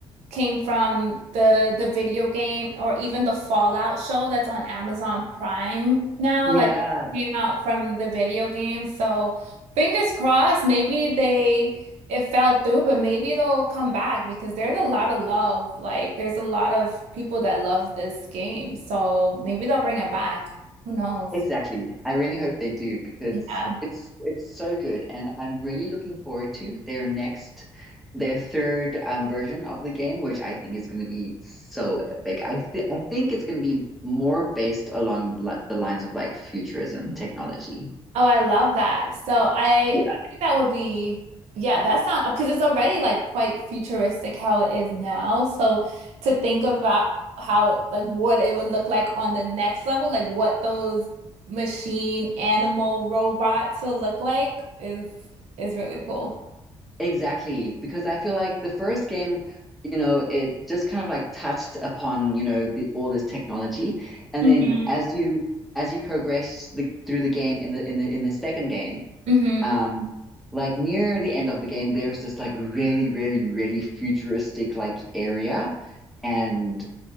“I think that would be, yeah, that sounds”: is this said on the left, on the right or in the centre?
Right